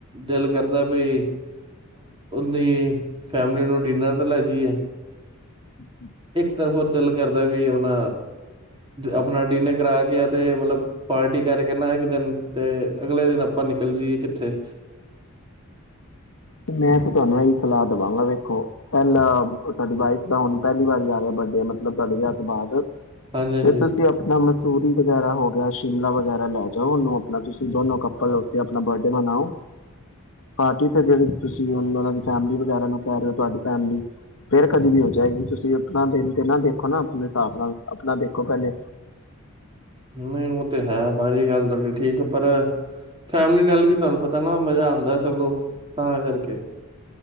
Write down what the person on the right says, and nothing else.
ਦਿਲ ਕਰਦਾ ਬਈ ਦੀ ਫੈਮਿਲੀ ਨੂੰ ਡਿਨਰ ਤਾਂ ਲੈ ਜਾਈਏ
ਤਰਫੋਂ ਦਿਲ ਕਰਦਾ ਵੀ ਆਪਣਾ ਆਪਣਾ ਡਿਨਰ ਕਰਾ ਕੇ ਆ ਤੇ ਮਤਲਬ ਪਾਰਟੀ ਕਰਕੇ ਨਾ ਇੱਕ ਦਿਨ ਤੇ ਅਗਲੇ ਦਿਨ ਆਪਾਂ ਨਿਕਲ ਜਾਈਏ ਕਿੱਥੇ
ਹਾਂਜੀ ਹਾਂਜੀ
ਨਹੀਂ ਉਹ ਤੇ ਹੈ ਭਾਜੀ ਗੱਲ ਤੁਹਾਡੀ ਠੀਕ ਪਰ ਫੈਮਲੀ ਨਾਲ ਵੀ ਤੁਹਾਨੂੰ ਪਤਾ ਨਾ ਮਜ਼ਾ ਆਉਂਦਾ ਸਗੋਂ ਤਾਂ ਕਰਕੇ